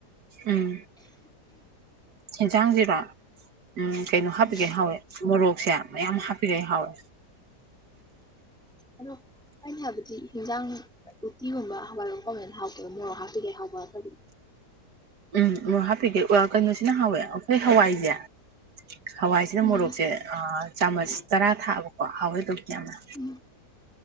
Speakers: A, on the right; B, in the centre.
A: ꯎꯝ ꯑꯦꯟꯁꯥꯡꯁꯤꯔ ꯎꯝ ꯀꯩꯅꯣ ꯍꯥꯞꯄꯤꯒꯦ
B: ꯎꯝ
A: ꯍꯥꯎꯋꯦ ꯃꯣꯔꯣꯛꯁꯦ ꯃꯌꯥꯝ ꯍꯥꯞꯄꯤꯔꯦ ꯍꯥꯎꯋꯦ
B: ꯑꯗꯣ ꯑꯩꯅ ꯍꯥꯏꯕꯗꯤ ꯍꯤꯟꯖꯥꯡ ꯎꯇꯤꯒꯨꯝꯕ ꯍꯋꯥꯏꯔꯣ ꯐꯖꯅ ꯍꯥꯎꯇꯔ ꯃꯣꯔꯣꯛ ꯍꯥꯞꯇꯤꯀꯩ ꯍꯥꯎꯊꯔꯄꯗꯤ
A: ꯎꯝ ꯃꯣꯔꯣꯛ ꯍꯥꯞꯄꯤꯀꯦ ꯀꯩꯅꯣꯁꯤꯅ ꯍꯥꯎꯋꯦ ꯑꯩꯈꯣꯏ ꯍꯋꯥꯏꯁꯦ ꯍꯋꯥꯏꯁꯤꯅ
B: ꯎꯝ
A: ꯃꯣꯔꯣꯛꯁꯦ ꯆꯥꯃꯁ ꯇꯔꯥ ꯊꯥꯑꯕꯀꯣ ꯍꯥꯎꯋꯦꯗꯧꯀ ꯌꯥꯝꯅ
B: ꯎꯝ